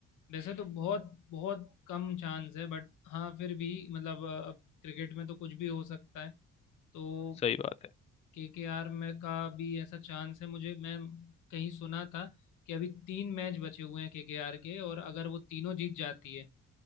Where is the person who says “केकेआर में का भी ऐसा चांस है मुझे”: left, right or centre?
Left